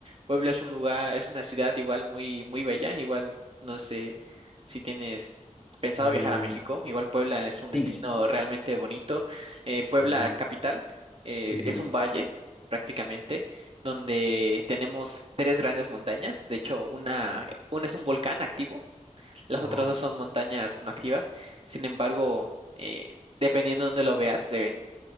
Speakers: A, on the right; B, in the centre.
A: Puebla es un lugar, es una ciudad igual muy, muy bella, igual, no sé, si tienes pensado
B: Mm,
A: viajar a México, igual Puebla es un destino
B: tic.
A: realmente bonito. Eh, Puebla
B: Peinado.
A: capital eh,
B: Ujú.
A: es un valle prácticamente donde tenemos tres grandes montañas. De hecho, una, una es un volcán activo, las
B: Wow,
A: otras dos son montañas no activas. Sin embargo, eh, dependiendo de dónde lo veas, se ven